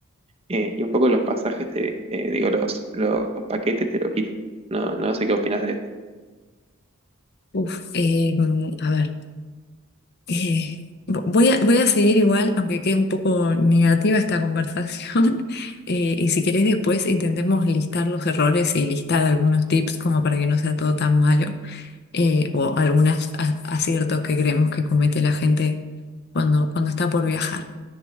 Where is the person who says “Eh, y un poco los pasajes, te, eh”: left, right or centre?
Right